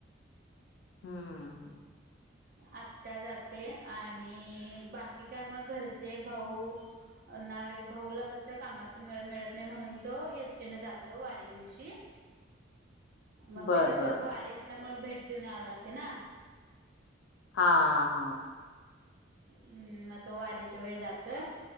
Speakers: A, on the left; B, on the right.
A: हम्म.
B: आत्या जाते आणि बाकी काय म घरचे भाऊ ना वे भाऊला कसाय कामातून वेळ मिळत नाइ म्हणून तो एसटीने जातो वारी दिवशी म
A: बरं,
B: ते कसं
A: बरं.
B: वारी असल्यामुळे भेट देऊन यावं लागत ना.
A: हा हा.
B: हम्म म तो वारीच्या वेळी जातोय.